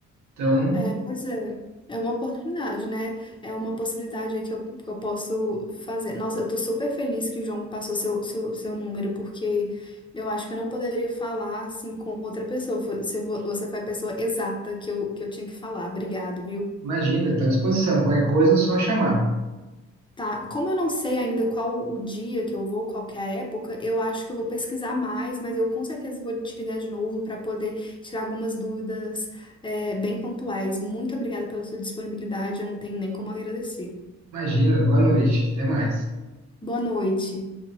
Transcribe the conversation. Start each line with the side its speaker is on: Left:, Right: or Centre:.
Right: Então,
Left: É, pois é. É uma oportunidade, né? É uma possibilidade aí que eu, que eu posso fazer. Nossa, eu tô super feliz que o João passou seu, seu, seu número, porque eu acho que eu não poderia falar assim com outra pessoa. Foi- Você, vo- você foi a pessoa exata que eu, que eu tinha que falar. Obrigado, viu?
Right: Imagina, está à disposição. Qualquer coisa é só chamar.
Left: Tá, como eu não sei ainda qual o dia que eu vou, qual que é a época, eu acho que eu vou pesquisar mais, mas eu com certeza vou te ligar de novo para poder tirar algumas dúvidas, é, bem pontuais. Muito obrigada pela sua disponibilidade, eu não tenho nem como agradecer.
Right: Imagina, boa noite. Até mais.
Left: Boa noite.